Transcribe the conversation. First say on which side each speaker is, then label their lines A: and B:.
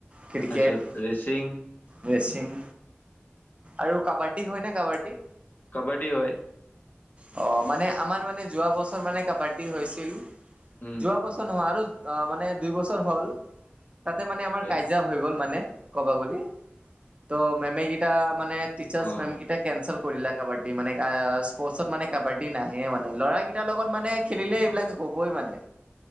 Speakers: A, on the right (about 25°); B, on the left (about 45°).
A: ক্ৰিকেট
B: তাৰপিছত ৰেচিং
A: ৰেচিং আৰু কাবাদ্দী হয় নে কাবাদী
B: কাবাদী হয়
A: অ মানে আমাৰ মানে যোৱা বছৰ মানে কাবাদ্দী হৈছিল
B: উম
A: যোৱা বছৰ নহয় আৰু অ মানে দুই বছৰ হ'ল তাতে মানে আমাৰ
B: এ-
A: কাইজা হৈ গ'ল মানে কব গলি ত মেমে গিটা মানে টিচাৰ্ছ
B: অ
A: মেমকিটা কেনচেল কৰিলা কাবাদী মানে আ স্পৰ্টছ পাছত মানে কাবাদী নাহে মানে ল'ৰাগিটাৰ লগত মানে খেলিলে এইবিলাক হ'বই মানে